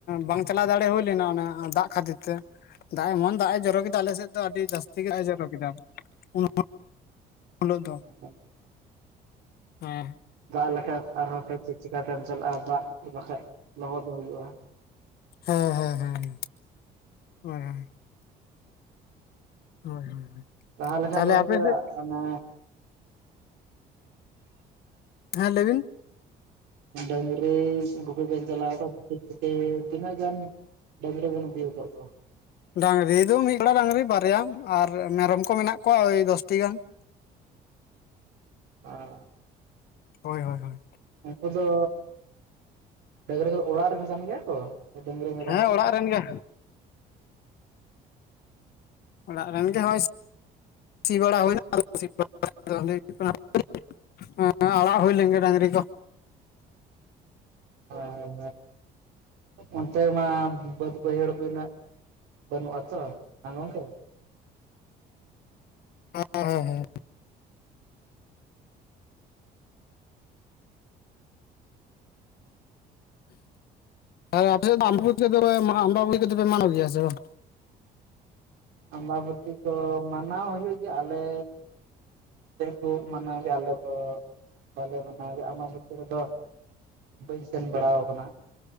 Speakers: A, on the left; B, on the right.
A: ᱵᱟᱝ ᱪᱟᱞᱟᱣ ᱫᱟᱲᱮ ᱦᱩᱭ ᱞᱮᱱᱟ ᱚᱱᱟ ᱫᱟᱜ ᱠᱷᱟᱹᱛᱤᱨ ᱛᱮ᱾ ᱫᱟᱜ ᱮᱢᱚᱱ ᱫᱟᱜ ᱮ ᱡᱚᱨᱚ ᱠᱮᱫᱟ, ᱟᱞᱮ ᱥᱮᱜ ᱫᱚ ᱟᱹᱰᱤ ᱡᱟᱹᱥᱛᱤ ᱜᱮ ᱫᱟᱜ ᱮ ᱡᱚᱨᱚ ᱠᱮᱫᱟ, ᱩᱱ ᱦᱤᱞᱳᱜ
B: <inaudible>
A: ᱫᱚ ᱦᱮᱸ᱾
B: ᱫᱟᱜ ᱞᱮᱠᱷᱟᱱ ᱟᱨᱦᱚᱸ <unintelligible> ᱪᱮᱫ ᱪᱤᱠᱟᱛᱮᱢ ᱪᱟᱞᱟᱜᱼᱟ᱾ ᱫᱟᱜ ᱵᱟᱠᱷᱟᱡ ᱞᱚᱦᱚᱫ ᱦᱩᱭᱩᱜᱼᱟ᱾
A: ᱦᱮᱸ ᱦᱮᱸ ᱦᱮᱸ ᱦᱮᱸ᱾ ᱦᱳᱭ ᱦᱳᱭ ᱦᱳᱭ᱾
B: ᱞᱟᱦᱟ ᱞᱮᱠᱷᱟᱱ
A: ᱛᱟᱦᱚᱞᱮ
B: ᱜᱚᱝᱠᱮ
A: ᱟᱯᱮ ᱥᱮᱫ
B: ᱚᱱᱮ
A: ᱦᱮᱸ ᱞᱟᱹᱭ ᱵᱤᱱ᱾
B: ᱰᱟᱝᱨᱤ ᱜᱩᱯᱤ ᱵᱮᱱ ᱪᱟᱞᱟᱣ ᱠᱚᱜ-ᱟ, ᱡᱷᱤᱯᱤᱨ ᱡᱷᱤᱯᱤᱨ᱾ ᱛᱤᱱᱟᱹᱜ ᱜᱟᱱ ᱰᱟᱹᱝᱨᱤ ᱵᱮᱱ ᱤᱫᱤ ᱟᱠᱟᱫ ᱠᱚᱣᱟ?
A: ᱰᱟᱹᱝᱨᱤ ᱫᱚ ᱢᱤᱫ ᱡᱚᱲᱟ ᱰᱟᱹᱝᱨᱤ ᱵᱟᱨᱭᱟ, ᱟᱨ ᱢᱮᱨᱚᱢ ᱠᱚ ᱢᱮᱱᱟᱜ ᱠᱚᱣᱟ ᱳᱭ ᱫᱚᱥᱴᱤ ᱜᱟᱱ᱾
B: <unintelligible>
A: ᱦᱳᱭ ᱦᱳᱭ ᱦᱳᱭ᱾
B: ᱩᱱᱠᱩ ᱫᱚ, ᱰᱟᱹᱝᱨᱤ ᱚᱲᱟᱜ ᱨᱮᱱ ᱠᱟᱱ ᱜᱮᱭᱟ ᱠᱚ ᱰᱟᱹᱝᱨᱤ ᱢᱮᱨᱚᱢ
A: ᱦᱮᱸ
B: ᱠᱚ?
A: ᱚᱲᱟᱜ ᱨᱮᱱ ᱜᱮ᱾ ᱚᱲᱟᱜ ᱨᱮᱱ ᱜᱮ ᱦᱚᱜᱼᱚᱭ ᱥᱤ ᱵᱟᱲᱟ ᱦᱩᱭᱱᱟ ᱛᱚ <unintelligible> ᱦᱮᱸ ᱟᱲᱟᱜ ᱦᱩᱭ ᱞᱮᱱ ᱜᱮᱭᱟ ᱰᱟᱹᱝᱨᱤ ᱠᱚ᱾
B: ᱦᱳᱭ ᱦᱳᱭ ᱦᱳᱭ᱾ ᱚᱱᱛᱮ ᱢᱟ ᱵᱟᱹᱭᱦᱟᱹᱲ ᱠᱚ ᱤᱱᱟᱹᱜ ᱵᱟᱹᱱᱩᱜᱼᱟ ᱛᱚ ᱵᱟᱝ ᱜᱚᱝᱠᱮ?
A: ᱦᱮᱸ ᱦᱮᱸ ᱦᱮᱸ᱾ ᱟᱨ ᱟᱯᱮ ᱥᱮᱫ ᱫᱚ ᱟᱢᱵᱟᱵᱚᱛᱤ ᱠᱚᱫᱚ ᱯᱮ ᱢᱟᱱᱟᱣ ᱜᱮᱭᱟ ᱥᱮ ᱵᱟᱝ?
B: ᱟᱢᱵᱟᱵᱚᱛᱤ ᱫᱚ ᱢᱟᱱᱟᱣ ᱦᱩᱭᱩᱜ ᱜᱮᱭᱟ᱾ ᱟᱞᱮ ᱥᱮᱫ ᱠᱚ ᱢᱟᱱᱟᱣ ᱜᱮᱭᱟ ᱟᱞᱮ ᱫᱚ ᱵᱟᱞᱮ ᱢᱟᱱᱟᱣ ᱜᱮᱭᱟ ᱟᱢᱵᱟᱵᱚᱛᱤ ᱠᱚᱫᱚ ᱵᱟᱹᱧ ᱥᱮᱱ ᱵᱟᱲᱟ ᱠᱟᱱᱟ